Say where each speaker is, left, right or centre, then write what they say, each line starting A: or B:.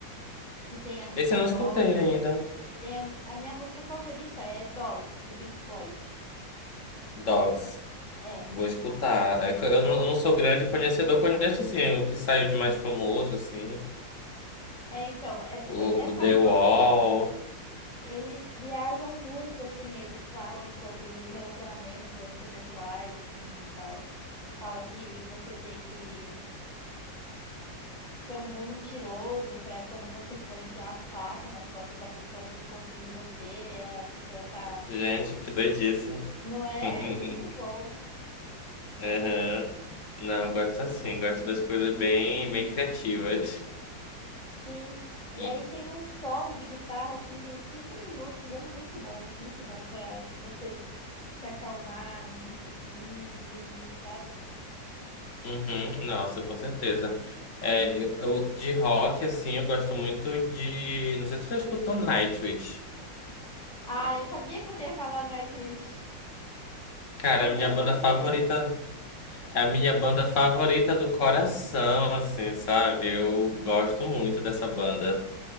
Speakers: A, on the left; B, on the left.
A: que tem a música
B: Esse eu
A: Dogs.
B: não escutei ainda.
A: Tem a música, a minha música favorita é Dogs, do Pink Floyd.
B: Dogs.
A: É.
B: Vou escutar. É que Eu não, eu não sou grande conhecedor, conheço assim, o que saiu de mais famoso, assim.
A: É, então, é porque
B: O,
A: essa
B: o The
A: música,
B: Wall.
A: eles viajam muito, assim, eles falam sobre relacionamento interpessoais, assim, e tal. Fala que você tem que ser um bom mentiroso para quando você for enfiar a faca nas costas da pessoa que confia em você, a pessoa tá.
B: Gente, que doidice.
A: Não é
B: <laughs>
A: É muito bom.
B: Aham. Não, eu gosto assim, gosto das coisas bem, bem criativas.
A: Sim, e
B: E,
A: aí tem um solo de guitarra assim de uns cinco minutos, é muito bom, muito bom para você se acalmar a mente assim, e dormir, sabe?
B: Uhum, nossa, com certeza. É, eu, eu- de rock, assim, eu gosto muito de. Não sei se tu já escutou Nightwish.
A: Ah, eu sabia que você ia falar Nightwish.
B: Cara,
A: Não sei
B: a minha banda
A: por
B: favorita.
A: quê.
B: É a minha banda favorita do coração, assim, sabe? Eu gosto muito dessa banda.